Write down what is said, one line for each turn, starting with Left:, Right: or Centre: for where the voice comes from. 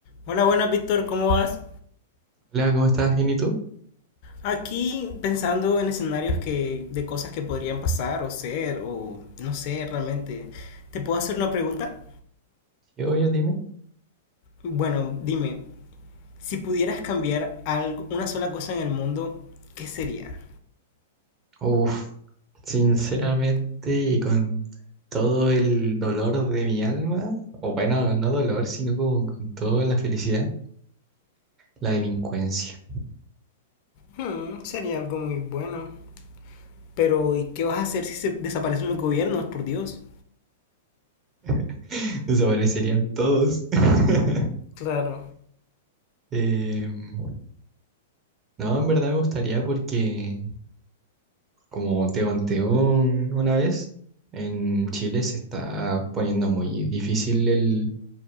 Left: Hola, buenas, Víctor, ¿cómo vas?
Right: Hola, ¿cómo estás? ¿Bien y tú?
Left: Aquí pensando en escenarios que de cosas que podrían pasar o ser o no sé realmente. ¿Te puedo hacer una pregunta?
Right: Sí, obvio, dime.
Left: Bueno, dime, si pudieras cambiar algo, una sola cosa en el mundo, ¿qué sería?
Right: Uf, sinceramente y con todo el dolor de mi alma, o bueno, no dolor, sino como con toda la felicidad, la delincuencia.
Left: Hmm, sería algo muy bueno. Pero ¿y qué vas a hacer si se desaparecen los gobiernos, por Dios?
Right: <laughs> Desaparecerían todos. <laughs>
Left: Claro.
Right: Em, no, en verdad me gustaría porque, como te conté un- una vez, en Chile se está poniendo muy difícil el